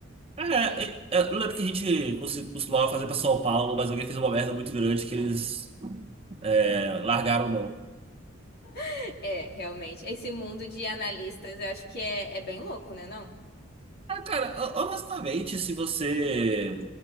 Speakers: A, on the right; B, on the left.
A: É,
B: É,
A: é, eu lembro que a gente costu- costumava fazer para São Paulo, mas alguém fez uma merda muito grande que eles é, largaram mão.
B: <laughs> é, realmente. Esse mundo de analistas eu acho que é, é bem louco, né, não?
A: Ah, cara, ho- honestamente, se você